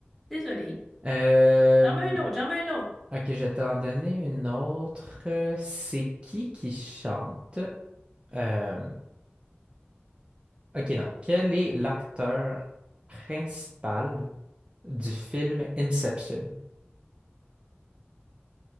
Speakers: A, in the centre; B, on the right (about 25°).
A: Désolée.
B: Euh,
A: J'en veux une autre, j'en veux une autre.
B: Ok, je vais t'en donner une autre. Euh, C'est qui qui chante? Euh, Ok, non. Quel est l'acteur principal du film Inception?